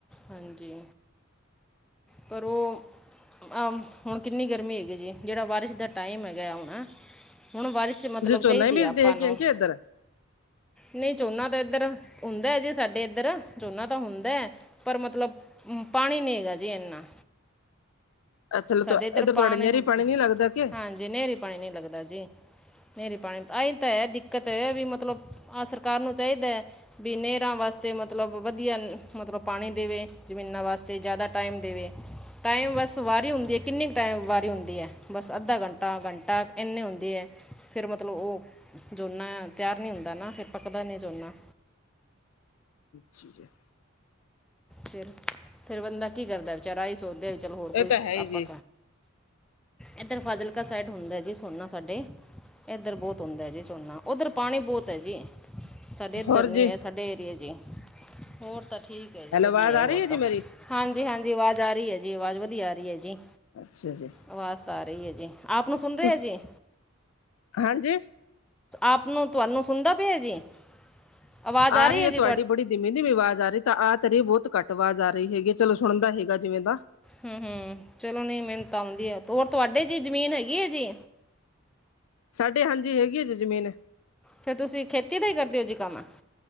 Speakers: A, in the centre; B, on the left.
A: ਹਾਂਜੀ ਪਰ ਉਹ ਆ ਹੁਣ ਕਿੰਨੀ ਗਰਮੀ ਹੈਗੀ ਜੀ ਜਿਹੜਾ ਬਾਰਿਸ਼ ਦਾ ਟਾਈਮ ਹੈਗਾ ਹੁਣ ਹੁਣ ਬਾਰਿਸ਼
B: ਤੁਸੀਂ
A: ਮਤਲਬ
B: ਝੋਨਾ
A: ਚਾਹੀਦੀ
B: ਹੀ ਬੀਜਦੇ
A: ਆ ਆਪਾਂ
B: ਹੈਗੇ
A: ਨੂੰ।
B: ਕਿ ਇੱਧਰ
A: ਨਹੀਂ ਝੋਨਾ ਤਾਂ ਇੱਧਰ ਹੁੰਦਾ ਜੀ ਸਾਡੇ ਇੱਧਰ ਝੋਨਾ ਤਾਂ ਹੁੰਦਾ ਹੈ ਪਰ ਮਤਲਬ ਪਾਣੀ ਨੀਗਾ ਜੀ ਇੰਨਾ।
B: ਅੱਛਾ
A: ਸਾਡੇ ਇੱਧਰ ਪਾਣੀ
B: ਤੁਹਾਡੇ ਨਹਿਰੀ ਨੀ ਲੱਗਦਾ ਕਿ
A: ਹਾਂਜੀ ਨਹੀ ਪਾਣੀ ਨੀ ਲੱਗਦਾ ਜੀ। ਹਨੇਰੀ ਪਾਣੀ ਅਸੀਂ ਤਾਂ ਇਹ ਦਿੱਕਤ ਇਹ ਵੀ ਮਤਲਬ ਆਹ ਸਰਕਾਰ ਨੂੰ ਚਾਹੀਦਾ ਵੀ ਨਹਿਰਾਂ ਵਾਸਤੇ ਮਤਲਬ ਵਧੀਆ ਮਤਲਬ ਪਾਣੀ ਦੇਵੇ ਜ਼ਮੀਨਾਂ ਵਾਸਤੇ ਜ਼ਿਆਦਾ ਟਾਈਮ ਦੇਵੇ। ਟਾਈਮ ਬਸ ਵ। ਵਾਰੀ ਹੈ ਕਿੰਨੀ ਟਾਈਮ ਵਾਰੀ ਉਦੀ ਹੈ ਬਸ ਅੱਧਾ ਘੰਟਾ ਘੰਟਾ ਇੰਨਨੀ ਹੁੰਦੀ ਹੈ। ਫੇਰ ਮਤਲਬ ਉਹ ਜੋਨਾ ਤਿਆਰ ਨਹੀਂ ਹੁੰਦਾ ਨਾ ਫਿਰ ਪੱਕਦਾ ਨਹੀਂ ਜੋਨਾ।
B: ਠੀਕ ਹੈ।
A: ਫਿਰ ਫਿਰ ਬੰਦਾ ਕੀ ਕਰਦਾ ਵਿਚਾਰਾ ਹੀ ਸੋਚਦੇ ਵੀ ਚਲ ਹੋਰ ਕੋਈ
B: ਇਹ ਤਾਂ ਹੈ ਹੀ
A: ਆਪਾਂ
B: ਜੀ
A: ਇੱਧਰ ਫਾਜ਼ਿਲਕਾ ਸਾਈਡ ਹੁੰਦਾ ਜੀ ਝੋਨਾ ਸਾਡੇ। ਇੱਧਰ ਬਹੁਤ ਹੁੰਦਾ ਹੈ ਜੀ ਝੋਨਾ ਉੱਧਰ ਪਾਣੀ ਬਹੁਤ ਹੈ ਜੀ। ਸਾਡੇ ਇੱਧਰ
B: ਹੋਰ
A: ਨੀ
B: ਜੀ
A: ਆ ਸਾਡੇ ਏਰੀਏ ਚ ਹੀ ਹੋਰ ਤਾਂ ਠੀਕ ਹੈ ਜੀ
B: ਹੈਲੋ
A: ਵਧੀਆ
B: ਆਵਾਜ਼ ਆ
A: ਹੋਰ
B: ਰਹੀ ਹੈ
A: ਤਾਂ
B: ਜੀ ਮੇਰੀ।
A: ਹਾਂਜੀ ਹਾਂਜੀ ਆਵਾਜ਼ ਆ ਰਹੀ ਹੈ। ਜੀ ਆਵਾਜ਼ ਵਧੀਆ ਆ ਰਹੀ ਹੈ ਜੀ।
B: ਅੱਛਾ ਜੀ।
A: ਆਵਾਜ਼ ਤਾਂ ਆ ਰਹੀ ਹੈ ਜੀ ਆਪ ਨੂੰ ਸੁਣ ਰਹੇ
B: ਤੁਸੀਂ
A: ਜੀ।
B: ਹਾਂਜੀ
A: ਆਪ ਨੂੰ ਤੁਹਾਨੂੰ ਸੁਣਦਾ ਪਿਆ ਜੀ। ਆਵਾਜ਼
B: ਆ
A: ਰਹੀ
B: ਰੀ
A: ਹੈ
B: ਐ
A: ਜੀ
B: ਤੁਹਾਡੀ ਬੜੀ ਦੀ ਵੀ ਵਾਜ਼ ਆ ਰਹੀ ਤਾਂ ਆਹ ਤੇ ਬਹੁਤ ਘੱਟ ਆਵਾਜ਼ ਆ ਰੀ ਹੈਗੀ ਐ ਚਲੋ ਸੁਣਦਾ ਹੈਗਾ ਜਿਵੇਂ ਦਾ
A: ਹੂੰ-ਹੂੰ ਚਲੋ ਨੀ ਮਿਹਨਤ ਆਉਂਦੀ ਐ ਔਰ ਤੁਹਾਡੇ ਜੀ ਜ਼ਮੀਨ ਹੈਗੀ ਆ ਜੀ।
B: ਸਾਡੇ ਹਾਂਜੀ ਹੈਗੀ ਐ ਜੇ ਜ਼ਮੀਨ
A: ਫਿਰ ਤੁਸੀਂ ਖੇਤੀ ਦਾ ਈ ਕਰਦੇ ਔ ਜੀ ਕੰਮ,